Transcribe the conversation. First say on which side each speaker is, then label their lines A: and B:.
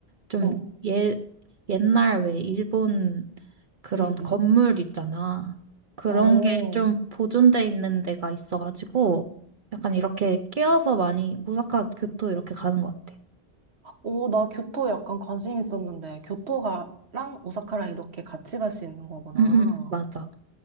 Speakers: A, on the right (about 55°); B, on the right (about 85°).
A: 좀
B: 어,
A: 예, 옛날 왜 일본 그런
B: 응,
A: 건물
B: 응.
A: 있잖아. 그런
B: 어.
A: 게 좀 보존돼 있는 데가 있어가지고 약간 이렇게 끼어서 많이 오사카 교토 이렇게 가는 것 같아.
B: 오, 나 교토 약간 관심 있었는데, 교토가랑 오사카랑 이렇게 같이 갈 수 있는 거구나.
A: 응, 응, 응. 맞아.